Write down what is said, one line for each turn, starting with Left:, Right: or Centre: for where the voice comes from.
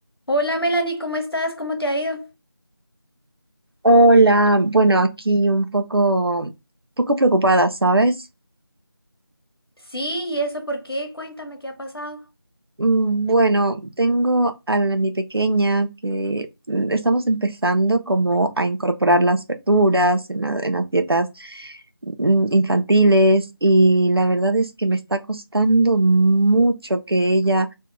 Left: Hola Melanie, ¿cómo estás? ¿Cómo te ha ido?
Right: Hola, bueno, aquí un poco, poco preocupada, ¿sabes?
Left: Sí, ¿y eso por qué? Cuéntame qué ha pasado.
Right: Mm, Bueno, tengo a la- mi pequeña que mm, estamos empezando como a incorporar las verduras en, la- en las dietas mm, infantiles y la verdad es que me está costando mucho que ella